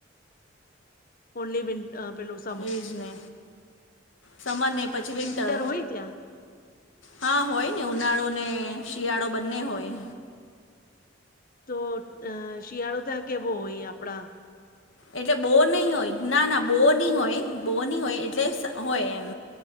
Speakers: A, on the left; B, on the left.
A: ઓનલી વિ પેલો. <unintelligible>
B: એજ ને સમર ને પછી વિન્ટર.
A: હોય ત્યાં
B: હા હોય ને ઉનાળો ને શિયાળો બંને હોય.
A: તો અ શિયાળો ત્યાં કેવો હોય આપણા.
B: એટલે બો નહી હોય ના ના બો નહી હોય બો નહી હોય એટલે હોય એમ.